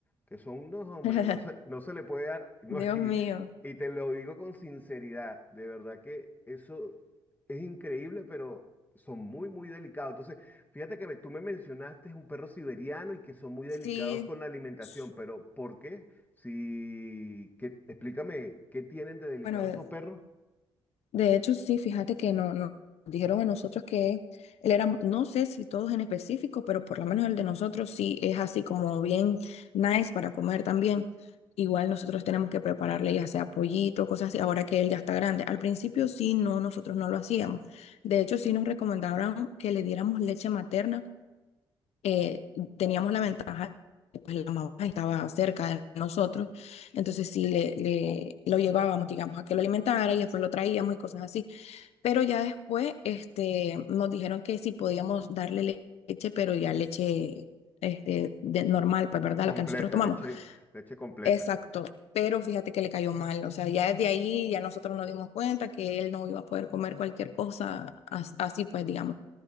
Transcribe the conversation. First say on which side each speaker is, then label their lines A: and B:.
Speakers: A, on the left (about 15°); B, on the left (about 65°).
A: que son unos hombres,
B: <laughs>
A: no se, no se le puede dar. <laughs> no,
B: Dios
A: y,
B: mío.
A: y te lo digo con sinceridad, de verdad que eso es increíble, pero son muy, muy delicados. Entonces, fíjate que me- tú me mencionaste un perro siberiano y que son muy delicados
B: Sí.
A: con la alimentación,
B: s-
A: pero ¿por qué? Sí, qué explícame, ¿qué tienen de delicado
B: Bueno, de,
A: esos perros?
B: de hecho, sí, fíjate que no, no- nos dijeron a nosotros que él era, no sé si todos en específico, pero por lo menos el de nosotros sí es así como bien nice para comer también. Igual nosotros tenemos que prepararle ya sea pollito, cosas así, ahora que él ya está grande. Al principio sí, no, nosotros no lo hacíamos. De hecho, sí nos recomendaron que le diéramos leche materna eh, teníamos la ventaja que pues, la mamá estaba cerca de nosotros, entonces sí le, le- lo llevábamos, digamos, a que lo alimentara y después lo traíamos y cosas así. Pero ya después este, nos dijeron que sí podíamos darle le- leche, pero ya leche este, de, normal, pues, ¿verdad?
A: Completa,
B: La que nosotros tomamos.
A: leche, leche completa.
B: Exacto. Pero fíjate que le cayó mal, o sea, ya desde ahí ya nosotros nos dimos cuenta que él no iba a poder comer cualquier cosa as- así, pues, digamos.